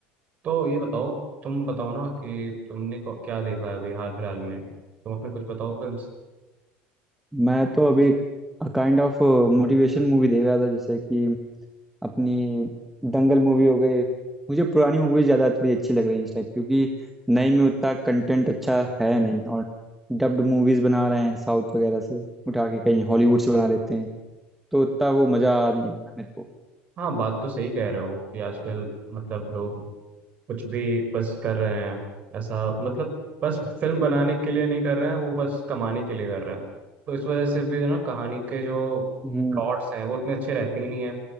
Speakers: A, on the right; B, in the centre.
A: तो ये बताओ तुम बताओ ना कि तुमने को- क्या देखा है अभी हाल फिलहाल में तुम अपने कुछ बताओ फिल्म
B: मैं तो अभी काइंड ऑफ मोटिवेशन मूवी देख रहा था जैसे कि अपनी दंगल मूवी हो गई मुझे पुरानी मूवी ज़्यादा थोड़ी अच्छी लग रही है इस टाइप क्योंकि नई में उतना कंटेंट अच्छा है नहीं और डब्ड मूवीज़ बना रहे हैं साउथ वगैरह से उठा के कहीं हॉलीवुड से बना लेते हैं तो उतना वो मज़ा आ नहीं रहा ना मेरे को
A: हाँ बात तो सही कह रहे हो कि आजकल मतलब लोग कुछ भी बस कर रहे हैं ऐसा मतलब बस फिल्म बनाने के लिए नहीं कर रहे हैं वो बस कमाने के लिए कर रहे हैं तो इस वजह से भी ना कहानी के जो
B: हम्म
A: प्लॉट्स हैं वो उतने अच्छे रहते ही नहीं हैं